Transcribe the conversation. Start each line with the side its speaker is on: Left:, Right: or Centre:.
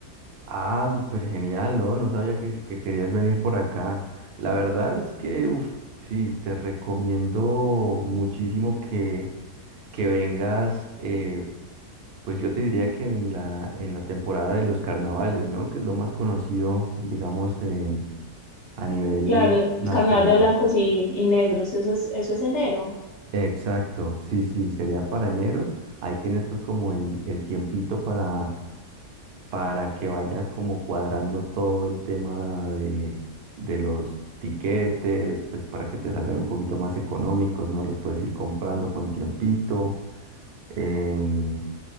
Right: Ah, súper genial, ¿no? No sabía que, que querías venir por acá. La verdad es que, uff, sí, te recomiendo muchísimo que, que vengas, eh, pues yo te diría que en la, en la temporada de los carnavales, ¿no? Que es lo más conocido, digamos, em, a nivel
Left: Claro, el
Right: nacional.
Left: carnaval de blancos y, y negros, eso es, eso es enero.
Right: Exacto, sí, sí, sería para enero. Ahí tienes pues como el, el tiempito para para que vayas como cuadrando todo el tema de, de los tiquetes, pues para que te salgan un poquito más económicos, ¿no? Los puedes ir comprando con tiempito. em,